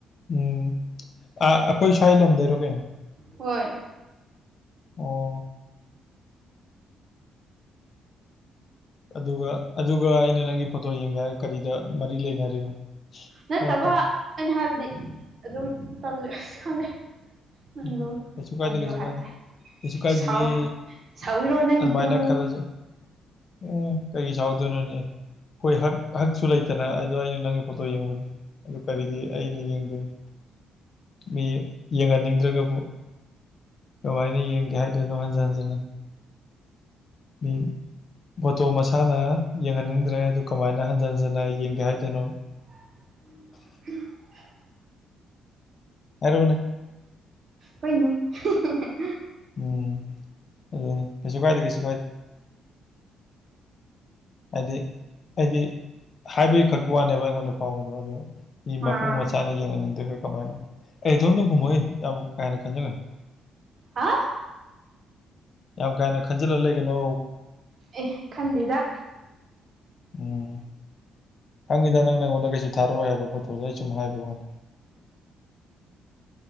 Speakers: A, on the left (about 45°); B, on the right (about 50°).
A: ꯎꯝ ꯑꯈꯣꯏ ꯁ꯭ꯋꯥꯏ ꯂꯝꯗꯩꯔꯣ ꯀꯩꯅꯣ
B: ꯍꯣꯏ
A: ꯑꯣ ꯑꯗꯨꯒ ꯑꯗꯨꯒ ꯑꯩꯅ ꯅꯪꯒꯤ ꯐꯣꯇꯣ ꯌꯦꯡꯒꯦ ꯍꯥꯏꯒ ꯀꯔꯤꯗ ꯃꯔꯤ ꯂꯩꯅꯔꯤꯕ
B: ꯅꯠꯇꯕ
A: ꯐꯔꯦ ꯐꯔꯦ
B: ꯑꯩꯅ ꯍꯥꯏꯕꯗꯤ ꯑꯗꯨꯝ ꯇꯜꯂꯦ ꯑ꯭ꯁ ꯈꯪꯗꯦ ꯅꯪꯗꯣ
A: ꯎꯝ ꯀꯁꯨ
B: ꯇꯟꯕ
A: ꯀꯥꯏꯗꯦ ꯀꯩꯁꯨ
B: ꯍꯥꯏꯇꯥꯔꯦ
A: ꯀꯥꯏꯗꯦ ꯀꯩꯁꯨ ꯀꯥꯏꯗꯤꯌꯦ
B: ꯁꯥꯎ ꯁꯥꯎꯋꯤꯔꯣ ꯅꯪꯒꯤꯗꯨ
A: ꯑꯗꯨꯃꯥꯏꯅ ꯈꯜꯂꯁꯨ ꯑꯣ ꯀꯩꯒꯤ ꯁꯥꯎ ꯑꯗꯨꯅꯅꯦ ꯈꯣꯏ ꯍꯛ ꯍꯛꯁꯨ ꯂꯩꯇꯅ ꯑꯥ ꯑꯗꯣ ꯑꯩꯅ ꯅꯪꯒꯤ ꯐꯣꯇꯣ ꯌꯦꯡꯕꯒꯤ ꯑꯗꯨ ꯀꯔꯤꯒꯤ ꯑꯩꯅ ꯌꯦꯡꯗꯣꯏꯅꯣ ꯃꯤ ꯌꯦꯡꯍꯟꯅꯤꯡꯗ꯭ꯔꯒꯕꯨ ꯀꯃꯥꯏꯅ ꯌꯦꯡꯒꯦ ꯍꯥꯏꯗꯣꯏꯅꯣ ꯍꯟꯖꯟ ꯍꯟꯖꯟꯅ ꯎꯝ ꯐꯣꯇꯣ ꯃꯁꯥꯅ ꯌꯦꯡꯍꯟꯅꯤꯡꯗ꯭ꯔꯦ ꯗꯨ ꯀꯃꯥꯏꯅ ꯍꯟꯖꯟ ꯍꯟꯖꯟꯅ ꯌꯦꯡꯒꯦ ꯍꯥꯏꯗꯣꯏꯅꯣ
B: <inaudible>
A: ꯍꯥꯏꯔꯣꯅꯦ
B: ꯍꯣꯏꯅꯦ <unintelligible>
A: ꯎꯝ ꯑꯗꯨꯅꯤ ꯀꯩꯁꯨ ꯀꯥꯏꯗꯦ ꯀꯩꯁꯨ ꯀꯥꯏꯗꯦ ꯍꯥꯏꯗꯤ ꯑꯩꯗꯤ ꯍꯥꯏꯕꯒꯤ ꯈꯛꯀꯤ ꯋꯥꯅꯦꯕ ꯑꯩꯉꯣꯟꯗ ꯐꯥꯎꯕꯗꯣ ꯑꯗꯣ ꯃꯤ ꯃꯄꯨ
B: ꯑꯥ
A: ꯃꯆꯥꯅ ꯌꯦꯡꯍꯟꯅꯤꯡꯗ꯭ꯔꯒ ꯀꯃꯥꯏꯅ ꯑꯩ ꯏꯇꯣꯝꯗ ꯈꯨꯝꯃꯛꯏ ꯌꯥꯝ ꯀꯥꯏꯅ ꯈꯟꯖꯟꯒꯅꯨ
B: ꯍꯥ
A: ꯌꯥꯝ ꯀꯥ ꯍꯦꯟꯅ ꯈꯟꯖꯤꯜꯂ ꯂꯩꯒꯅꯣ
B: ꯑꯦ ꯈꯟꯗꯦꯗ
A: ꯎꯝ ꯈꯪꯉꯤꯗ ꯅꯪꯅ ꯑꯩꯉꯣꯟꯗ ꯀꯩꯁꯨ ꯊꯥꯔꯑꯣꯏ ꯍꯥꯏꯕ ꯐꯣꯇꯣꯗꯩ ꯁꯨꯝ ꯍꯥꯏꯕꯩ ꯋꯥꯅꯦ